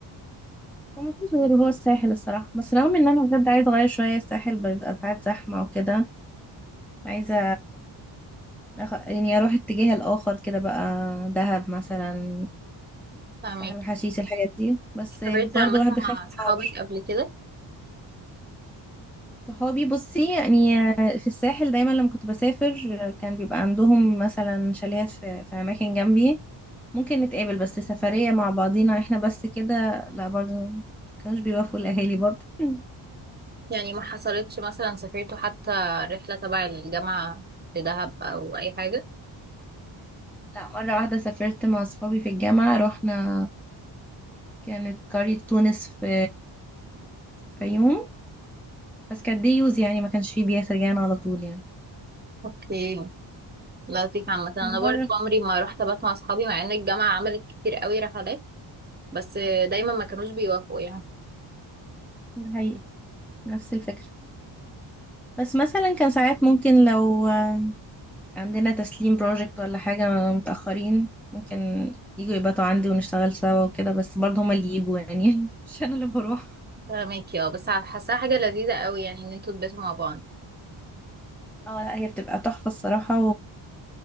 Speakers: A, in the centre; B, on the right.
A: ومفيش غير هو الساحل الصراحة بس رغم إن أنا بجد عايزة أغير شوية الساحل بيبقى ساعات زحمة وكده عايزة أخ- يعني اروح اتجاه الاخر كده بقى دهب مثلا
B: فاهمك
A: ساحل الحشيش الحاجات دي بس
B: سافرتي
A: برضو
B: عامة
A: الواحد
B: مع
A: بيخاف من
B: صحابك
A: الحر
B: قبل كده
A: صحابي بصي يعني في الساحل دايما لما كنت بسافر كان بيبقى عندهم مثلا شاليهات في, في اماكن جنبي ممكن نتقابل بس سفرية مع بعضينا احنا بس كده لا برضو كانوش بيوافقوا الاهالي برضو مم.
B: يعني ما حصلتش مثلا سافرتوا حتى رحلة تبع الجامعة لدهب أو أي حاجة
A: لا مرة واحدة سافرت مع صحابي في الجامعة رحنا كانت قرية تونس في في يوم بس كانت دي يوز يعني ما كانش فيه بياسر جانا على طول يعني
B: اوكي لطيف عامة أنا
A: ومرة
B: برضو عمري ما رحت أبات مع أصحابي مع إن الجامعة عملت كتير قوي رحلات بس دايما ما كانوش بيوافقوا يعني
A: في الحقيقة نفس الفكرة بس مثلا كان ساعات ممكن لو عندنا تسليم بروجكت ولا حاجة متأخرين ممكن يجوا يباتوا عندي ونشتغل سوا وكده بس برضه هما اللي يجوا يعني <laughs> مش أنا اللي بروح
B: فاهمك اه بس حاساها حاجة لذيذة قوي يعني إن انتوا تباتوا مع بعض
A: اه لا هي بتبقى تحفة الصراحة